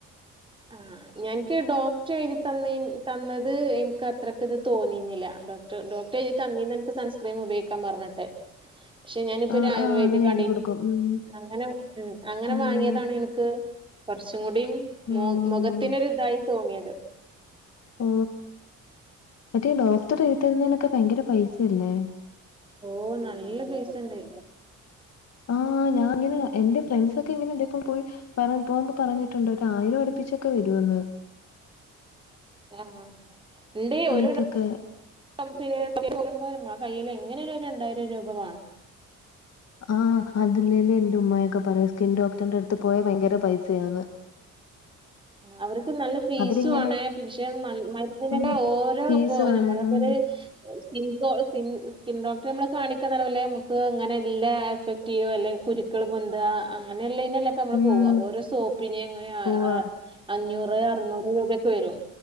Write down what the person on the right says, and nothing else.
ആഹ്. ഞാൻ ക്ക് ഡോക്ടർ എഴുതി തന്നി തന്നത് എൻക് അത്ര ക്ക്ത് തോന്നി ന്നില്ല. ആഹ്, ഡോക്ട്, ഡോക്ട്റ് എഴുതി തന്നീനി അനക്ക് സൺസ്ക്രീം ഉപയോഗിക്കാൻ പറഞ്ഞിട്ട്. ക്ഷെ ഞാനിപ്പോ
ഒരു ആയുർവേദി
കടീ
ന്ന്.
അങ്ങനെ, ഉം, അങ്ങനെ
വാങ്ങിയതാണ് ഇന്ക്ക്. കുറച്ചും കൂടിം. മു
മൊ ഖത്തിനൊരിതായി തോന്നിയത്.
ഓ, നല്ല പൈസണ്ട്!
ആഹ്, ണ്ട്
ഒരു. റ <unintelligible> കയ്യില് എങ്ങനായാലും ഒരു രണ്ടായിരം രൂപ വാണം
അവർക്ക് നല്ല ഫീസു
ആണ്. പിക്ഷെ നല് മരുന്നിനൊക്കെ
ഓരോ
പ്പോ നമ്മളപ്പൊരു.
സ്കിൻ സോ സിൻ സ്കിൻ ഡോക്ടറെ നമ്മള് കാണിക്കാ നവല്ലേ നമുക്ക് ങ്ങനെ ല്ലേ എഫക്. ടീവല്ലെ കുരുക്കൾ പൊന്ത അങ്ങനെള്ളീനല്ലെ. ട്ടീ ക്കെ നമ്മള്
പോവാ. ഒരോ സോപ്പിന് അങ്ങെ അ
അ അഞ്ഞൂറ് അറുന്നൂറ് രൂപയൊക്കെ വരും.